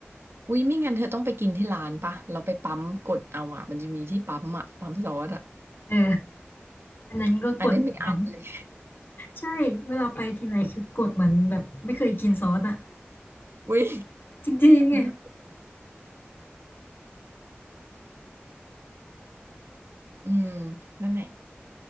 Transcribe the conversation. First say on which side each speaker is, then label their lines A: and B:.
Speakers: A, on the right; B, on the left.
A: อุ้ยไม่งั้นเธอต้องไปกินที่ร้านปะเราไปปั๊มกดเอาอะมันจะมีที่ปั๊มอะปั๊มซอสอะ
B: เอออันนั้นก็กดแบบ
A: อันนี้ไม่อัดเลย
B: ใช่เวลาไปทีไรคือกดเหมือนแบบไม่เคยกินซอสอ่ะ
A: อุ้ย
B: จริงๆไง
A: น่ากลัว อืมนั่นแหละ